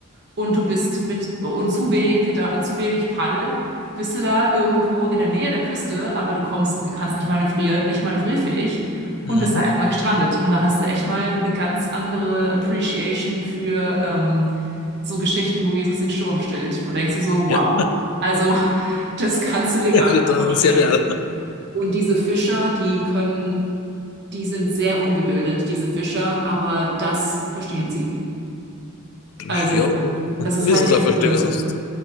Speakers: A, on the right; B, on the left.
A: Und du bist mit und zu wenig Peda zu wenig Paddel, bist du da irgendwo in der Nähe der Küste, aber du kommst, kannst nicht manövrieren, nicht manövrierfähig
B: Mhm.
A: und bist da erstmal gestrandet. Und da hast du echt mal eine ganz andere Appreciation für ähm, so Geschichten, wo Jesus den Sturm stillt. Wo denkst du so, wow.
B: Ja.
A: Also, das kannst du dir
B: Es
A: gar
B: wird
A: nicht
B: dann
A: vorstellen.
B: sehr real.
A: Und diese Fischer, die können die sind sehr ungebildet, diese Fischer, aber das verstehen sie.
B: Das-
A: Also,
B: Ja,
A: das ist
B: müssen
A: halt echt
B: es auch verstehen,
A: cool.
B: weil sonst.